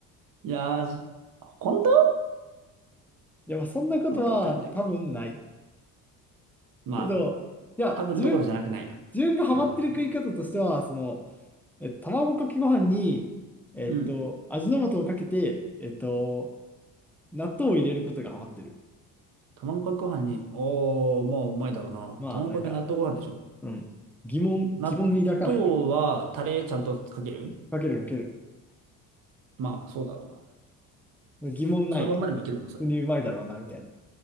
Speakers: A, on the right; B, in the centre.
A: いやー、本当
B: いや、まあ、そんなことは多分ない。
A: 本当って感じだけど。まあ、
B: けど、いや、
A: 多分どころじゃなくないな。
B: 自分、自分がハマってる食い方としては、
A: うん。
B: その、え、卵かけご飯に、えっと、
A: うん。
B: 味の素をかけて、えっと、納豆を入れることがハマってる。
A: 卵かけご飯に、おー、まあ、うまいだろうな。
B: まあ、
A: 卵かけ納豆ご飯でしょ
B: なんか、うん、疑問、
A: 納豆はタレちゃんとかける
B: 疑問抱かないね。かけるかける。
A: まあ、そうだろうな。
B: 疑問ないね。
A: そのまんまでもいけるもん、それ。
B: 普通にうまいだろうな、みたいな。